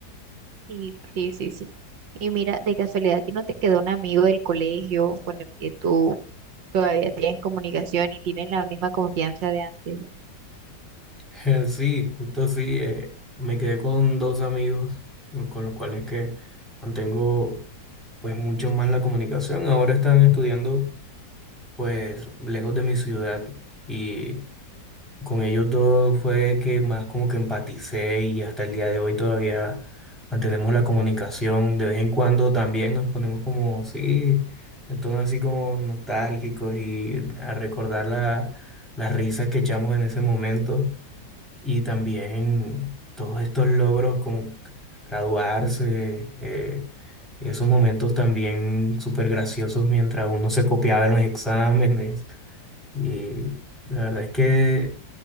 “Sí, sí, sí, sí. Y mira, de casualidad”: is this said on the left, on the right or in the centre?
Right